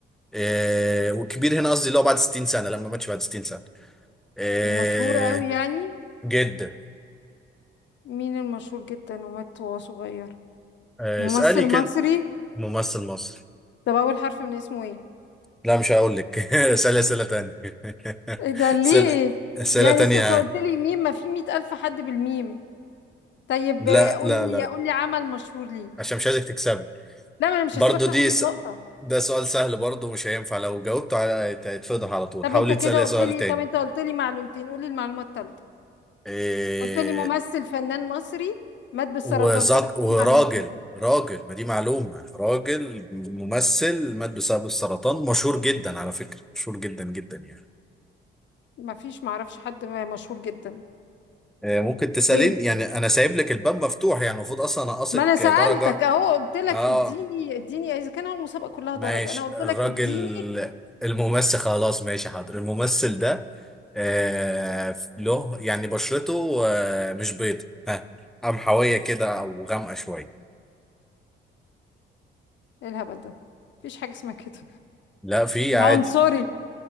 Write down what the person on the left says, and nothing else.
ومشهور قوي يعني
مين المشهور جدا ومات وهو صغير
ممثل
مصري
طب أول حرف من اسمه ايه
ايه ده ليه
يعني
لسه انت قلت لي ميم ما في مئة ألف حد بالميم طيب
قول
لي
قول لي عمل مشهور ليه
لا ما انا مش
هسيبك تاخد
النقطة
طب
انت كده
قلت
لي
طب انت قلت لي معلومتين قول لي المعلومة الثالثة
قلت لي ممثل فنان مصري مات بالسرطان
كده
معلومتين
ما فيش معرفش حد مشهور جدا
دي
ما انا سألتك
اهو قلت لك
اديني اديني اذا كان هو المسابقة كلها
درجة انا قلت
لك اديني
إيه الهبل ده مفيش حاجة اسمها كده
يا
عنصري